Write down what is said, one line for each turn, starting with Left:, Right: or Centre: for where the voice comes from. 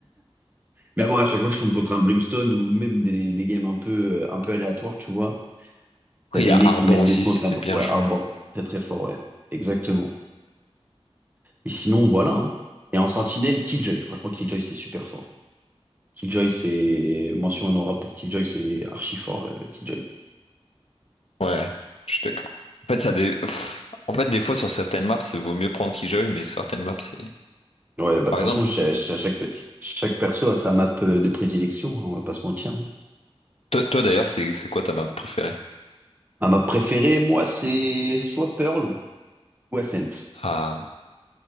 Right: Mais bon, à chaque fois que je tombe contre un Brimstone ou même des, des games un peu, un peu aléatoires, tu vois.
Left: Après,
Right: T'as des
Left: il y a
Right: mecs
Left: Arbor
Right: qui mettent
Left: aussi,
Right: des smokes
Left: si c'est
Right: n'importe-
Left: bien
Right: ouais,
Left: joué.
Right: Arbor, très très fort, ouais. Exactement. Et sinon, voilà. hein. Et en sentinelle, Killjoy. Franchement, Killjoy, c'est super fort. Killjoy, c'est... Mention honorable pour Killjoy, c'est archi fort, euh, Killjoy.
Left: Ouais, je suis d'accord. En fait, ça dé- pff, en fait, des fois, sur certaines maps, c'est vaut mieux prendre Killjoy, mais certaines maps, c'est...
Right: Ouais, bah
Left: Par
Right: de toute façon,
Left: exemple,
Right: cha- cha- chaque, chaque perso a sa map euh, de prédilection, hein, on va pas se mentir. hein.
Left: toi, toi, d'ailleurs, c'est c'est quoi ta map préférée?
Right: Ma map préférée, moi, c'est soit Pearl ou Ascent.
Left: Ah,